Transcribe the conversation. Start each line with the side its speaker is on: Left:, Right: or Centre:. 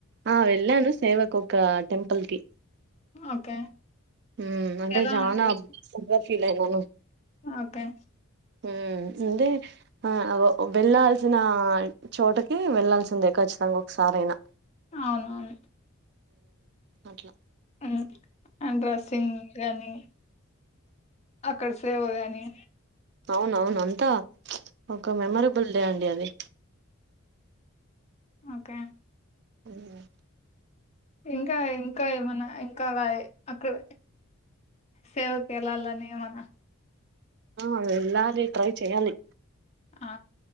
Right: ఆ వెళ్ళాను సేవకు ఒక టెంపుల్ కి
Left: ఓకే
Right: ఉం అంటే
Left: ఎలా
Right: చానా
Left: ఉండేది
Right: అగా <unintelligible> ఫీల్ అయినను
Left: ఓకే
Right: ఉం అంటే ఆ వెళ్లాల్సిన చోటకి వెళ్లల్సిన ఉందే ఖచ్చితంగా ఒక్క సారి అయినా
Left: అవునవును
Right: అట్లా
Left: ఉం అండ్ డ్రసింగ్ గాని అక్కడ సేవ గాని
Right: అవునవును అంతా ఒక మెమరబుల్ డే అండి అది
Left: ఓకే
Right: అ <unintelligible>
Left: ఇంకా ఇంకా ఏమన్నా ఇంకా అలా అక్కడ సేవకెళ్ళలి అని ఏమన
Right: ఆ వెళ్ళాలి ట్రై చేయాలి
Left: ఆ